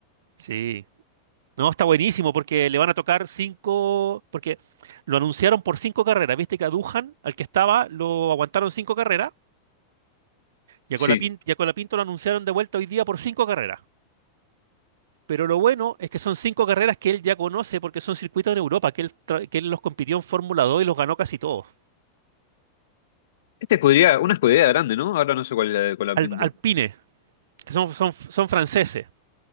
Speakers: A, on the right; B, on the left.
A: Sí. No, está buenísimo porque le van a tocar cinco. Porque lo anunciaron por cinco carreras. Viste que a Duhan, al que estaba, lo aguantaron cinco carreras. Y a
B: Sí.
A: Colapin- y a Colapinto lo anunciaron de vuelta hoy día por cinco carreras. Pero lo bueno es que son cinco carreras que él ya conoce porque son circuitos en Europa, que él, tra- que él los compitió en Fórmula 2 y los ganó casi todos.
B: Esta escudería, una escudería grande, ¿no? Ahora no sé cuál, es la de Colapinto.
A: Al- Alpine, que son, son, son franceses.